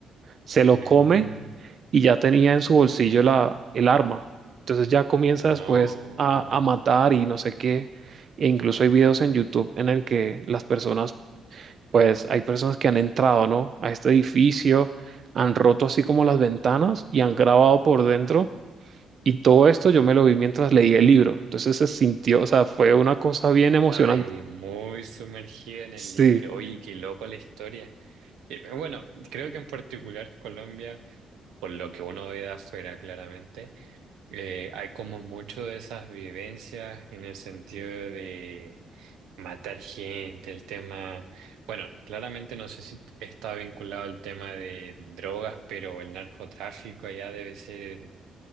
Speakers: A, on the right (about 50°); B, on the right (about 80°).
A: se lo
B: Mm.
A: come y ya tenía en su bolsillo la, el arma. Entonces ya comienza
B: No.
A: después a, a matar y no sé qué. E incluso hay videos en YouTube en el que las personas, pues hay personas que han entrado, ¿no? A este edificio, han roto así como las ventanas y han grabado por dentro. Y todo esto yo me lo vi mientras leí el libro. Entonces se sintió, o sea, fue una cosa bien
B: Estaba
A: emocionante.
B: ahí muy sumergido en
A: Sí.
B: el libro. Oye, qué loco la historia. Eh, Bueno, creo que en particular Colombia, por lo que uno ve de afuera claramente, eh, hay como mucho de esas vivencias en el sentido de matar gente, el tema, bueno, claramente no sé si está vinculado al tema de drogas, pero el narcotráfico allá debe ser,